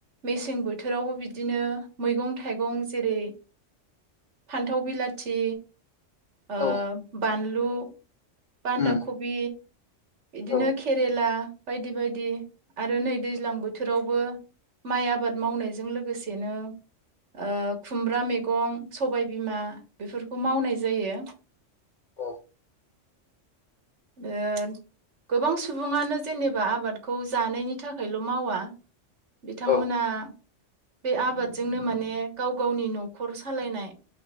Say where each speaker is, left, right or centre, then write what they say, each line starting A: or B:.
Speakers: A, on the right; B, on the left.
A: मेसें बोथोरावबो बिदिनो मैगं थाइगं जेरै फान्थाव बिलाथि ओ
B: औ
A: बानलु लु बान्दा
B: औ
A: खबि बिदिनो
B: औ
A: खेरेला बायदि बायदि आरो नै दैज्लां बोथोरावबो माइ आबाद मावनायजों लोगोसेनो ओ खुमब्रा मेग गं सबायबिमा बेफोरखौ मावनाय जायो।
B: औ
A: ओ गोबां सुबुङानो जेनेबा आबादखौ जानायनि थाखायल' मावा बिथांमोना
B: औ
A: बे आबादजोंनो माने गाव गावनि न'खर सालायनाय